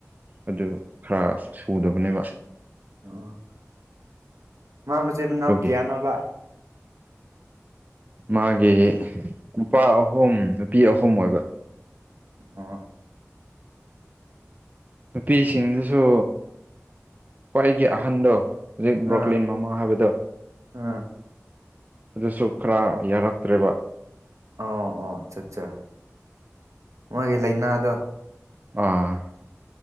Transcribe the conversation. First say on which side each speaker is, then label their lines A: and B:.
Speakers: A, on the right; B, on the right.
A: ꯑꯗꯨ ꯈꯔ ꯁꯨꯗꯕꯅꯦꯕ
B: ꯑꯣ ꯃꯥ ꯃꯆꯤꯟ ꯃꯅꯥꯎ
A: ꯑꯗꯨꯒꯤ
B: ꯀꯤꯌꯥꯅꯣꯕ
A: ꯃꯥꯒꯤ ꯅꯨꯄꯥ ꯑꯍꯨꯝ ꯅꯨꯄꯤ ꯑꯍꯨꯝ ꯑꯣꯏꯕ
B: <inaudible>
A: ꯅꯨꯄꯤꯁꯤꯡꯗꯨꯁꯨ ꯈ꯭ꯋꯥꯏꯒꯤ ꯑꯍꯟꯗꯣ ꯍꯧꯖꯤꯛ ꯕ꯭ꯔꯣꯀꯂꯤꯟ
B: ꯑꯥ
A: ꯃꯃꯥ ꯍꯥꯏꯕꯗ
B: ꯑꯥ
A: ꯑꯗꯨꯁꯨ ꯈꯔ ꯌꯥꯔꯛꯇ꯭ꯔꯦꯕ
B: ꯑꯣ ꯑꯣ ꯑꯆꯥ ꯑꯠꯆꯥ ꯃꯥꯒꯤ ꯂꯥꯏꯅꯥꯗꯣ
A: ꯑꯥ